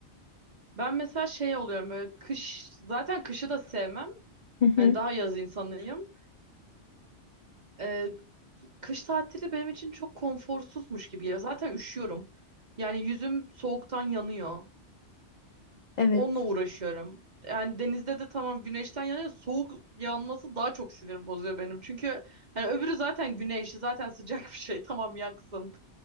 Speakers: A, on the right (about 40°); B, on the left (about 65°).
A: Ben mesela şey oluyorum böyle kış zaten kışı da sevmem.
B: Hı hı.
A: Hani daha yaz insanıyım. Ee, kış tatili benim için çok konforsuzmuş gibi geliyor. Zaten üşüyorum. Yani yüzüm soğuktan yanıyor.
B: Evet.
A: Onunla uğraşıyorum. Yani denizde de tamam güneşten yanıyor. Soğuk yanması daha çok sinir bozuyor benim. Çünkü hani öbürü zaten güneşi zaten sıcak bir şey. <laughs> Tamam yaksın.